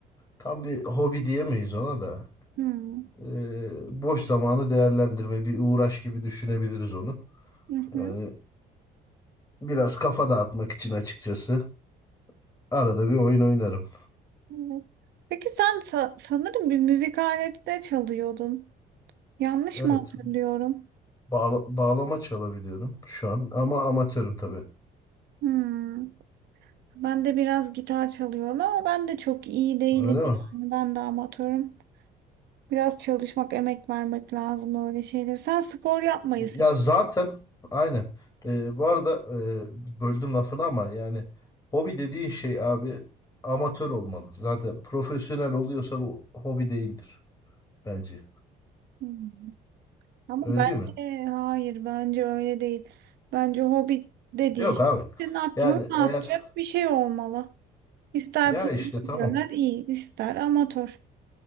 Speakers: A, on the left; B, on the right.
A: tam bir hobi diyemeyiz ona da.
B: Hmm.
A: E, boş zamanı değerlendirme bir uğraş gibi düşünebiliriz onu.
B: Hı hı.
A: Yani Biraz kafa dağıtmak için açıkçası. Arada bir oyun oynarım.
B: Evet. Peki sen sa- sanırım bir müzik aleti de çalıyordun. Yanlış
A: Evet.
B: mı hatırlıyorum?
A: Bağla- bağlama çalabiliyorum şu an ama amatörüm tabii.
B: Hmm. Ben de biraz gitar çalıyorum ama ben de çok iyi değilim
A: Öyle mi?
B: yani. Ben de amatörüm. Biraz çalışmak, emek vermek lazım öyle şeyler. Sen spor yapmayı
A: Ya
B: sev.
A: zaten aynen. Ee, bu arada e, böldüm lafını ama yani hobi dediğin şey abi amatör olmalı. Zaten profesyonel oluyorsa bu hobi değildir bence.
B: Hmm. Ama
A: Öyle
B: bence
A: değil mi?
B: hayır, bence öyle değil. Bence hobi dediğin
A: Yok
B: şey
A: abi.
B: senin aklını
A: Yani
B: dağıtacak
A: eğer
B: bir şey olmalı. İster
A: ya
B: profesyonel
A: işte tamam.
B: iyi, ister amatör.